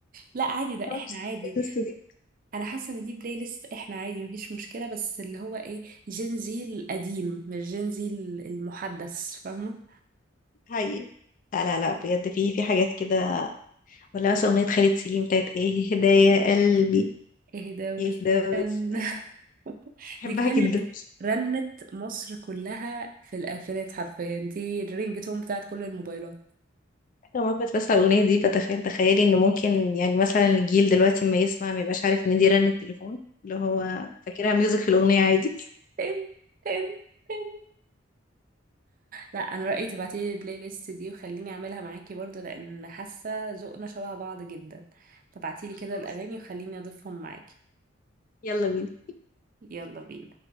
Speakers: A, on the right (about 45°); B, on the left (about 45°).
A: لا عادي ده
B: نفس
A: احنا عادي
B: البلاylist دي
A: انا حاسه ان دي بلاي ليست احنا عادي مفيش مشكله بس اللي هو ايه جين زي القديم مش جين زي ال- المحدث فاهمه
B: حقيقي لا لا لا بجد في في حاجات كده ولا مثلا أغنية خالد سليم بتاعت إيه هدايا قلبي
A: ايه ده بس
B: إيه ده
A: كان
B: بس
A: <laughs>
B: بحبها
A: دي كانت
B: جدا
A: رنت مصر كلها في الالفينات حرفيا دي الرينج تون بتاعت كل الموبايلات
B: أنا مرة كنت بسمع الأغنية دي فتخيل تخيلي إن ممكن يعني مثلا الجيل دلوقتي ما يسمع ما يبقاش عارف إن دي رنة تليفون اللي هو فاكرها ميوزك في الأغنية عادي
A: تن تن تن لا انا رايي تبعتي لي البلاي ليست دي وخليني اعملها معاكي برضو لان حاسه ذوقنا شبه بعض جدا فبعتي لي
B: خلاص
A: كده الاغاني وخليني اضيفهم معاكي
B: يلا بينا
A: يلا بينا